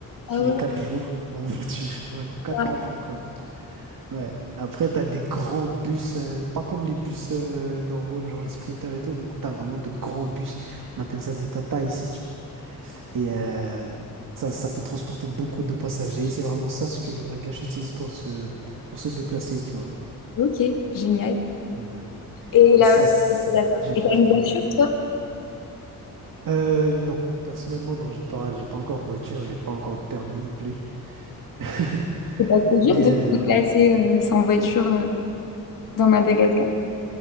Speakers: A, on the left; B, on the right.
A: Ah
B: Tu
A: ouais,
B: mets 4 jours en <laughs> voiture. Ouais, quatre
A: waouh,
B: quatre encore. Ouais. Après, t'as des grands bus, euh, pas comme les bus euh, normaux, genre les sprinters et tout, mais t'as vraiment de grands bus. On appelle ça des Tata ici, tu vois. Et euh, ça, ça peut transporter beaucoup de passagers. C'est vraiment ça ce que les Malgaches utilisent pour se, pour se déplacer, tu vois.
A: ok, génial.
B: Ouais.
A: Et
B: Et
A: là,
B: ça, c'est
A: ok,
B: ça
A: d'accord.
B: qui dure
A: Et
B: 3 jours.
A: toi,
B: Euh, non, personnellement, non, j'ai pas, j'ai pas encore de voiture, j'ai pas encore de permis non plus. <laughs>
A: c'est pas trop dur
B: Mais
A: de
B: euh,
A: te
B: voilà.
A: déplacer euh, sans voiture euh, dans Madagascar?